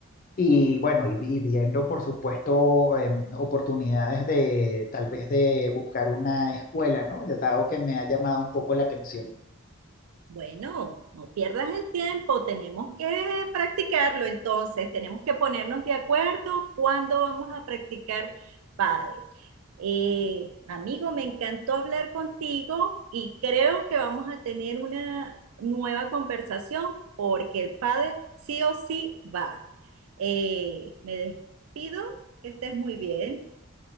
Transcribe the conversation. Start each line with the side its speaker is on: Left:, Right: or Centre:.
Left: y bueno, y, y viendo, por supuesto, em, oportunidades de tal vez de buscar una escuela, ¿no? Ya dado que me ha llamado un poco la atención.
Right: Bueno, no pierdas el tiempo, tenemos que practicarlo entonces, tenemos que ponernos de acuerdo cuándo vamos a practicar pádel. Eh, amigo, me encantó hablar contigo y creo que vamos a tener una nueva conversación porque el pádel sí o sí va. Eh, me despido, que estés muy bien.